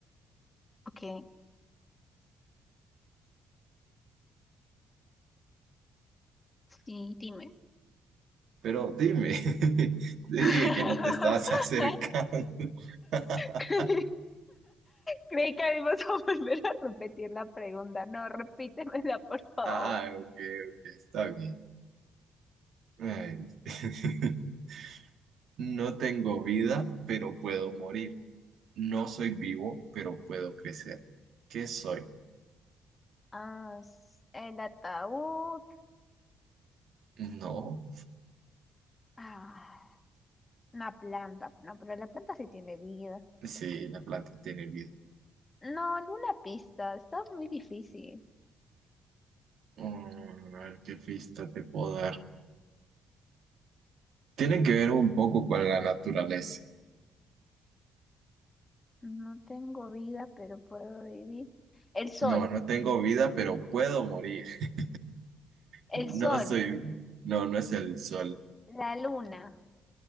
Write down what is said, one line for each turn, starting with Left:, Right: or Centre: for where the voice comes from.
Left: Ok, sí, dime.
Right: Pero dime, <laughs> te
Left: <laughs>
Right: dije que no te estabas acercando. <laughs>
Left: Creí creí que íbamos a volver a repetir la pregunta. No, repítemela, por favor.
Right: Ah, ok, ok, está bien. Ay. <laughs> No tengo vida, pero puedo morir. No soy vivo, pero puedo crecer. ¿Qué soy?
Left: Ah, s- el ataúd.
Right: No.
Left: Ah, una planta. No, pero la planta sí tiene vida.
Right: Sí, la planta tiene vida.
Left: No, alguna pista. Está muy difícil.
Right: Mm, a ver qué pista te puedo dar. Tiene que ver un poco con la naturaleza.
Left: No tengo vida, pero puedo vivir. El sol,
Right: No, no tengo vida, pero puedo morir. <laughs>
Left: el
Right: No
Left: sol,
Right: soy... No, no es el sol.
Left: la luna.